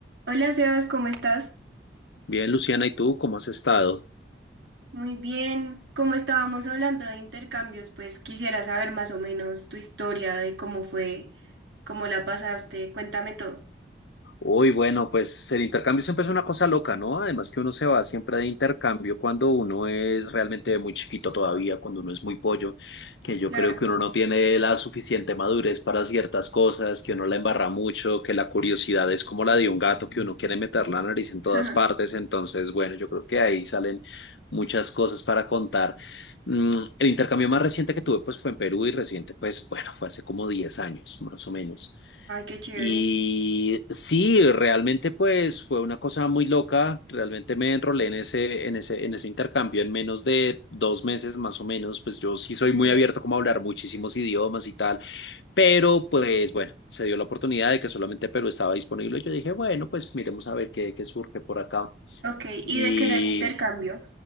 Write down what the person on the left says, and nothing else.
Bien, Luciana, ¿y tú cómo has estado?
Uy, bueno, pues el intercambio siempre es una cosa loca, ¿no? Además que uno se va siempre de intercambio cuando uno es realmente muy chiquito todavía, cuando uno es muy pollo, que yo
creo que uno no tiene la suficiente madurez para ciertas cosas, que uno la embarra mucho, que la curiosidad es como la de un gato, que uno quiere meter la nariz en todas
partes. Entonces, bueno, yo creo que ahí salen muchas cosas para contar. Mm, el intercambio más reciente que tuve, pues fue en Perú y reciente, pues bueno, fue hace como 10 años, más o menos.
Y sí, realmente pues fue una cosa muy loca, realmente me enrolé en ese, en ese, en ese intercambio en menos de dos meses más o menos, pues yo sí soy muy
abierto como a hablar muchísimos idiomas y tal, pero pues bueno, se dio la oportunidad de que solamente Perú estaba disponible, yo dije, bueno, pues miremos a ver qué, qué surge por acá.
Y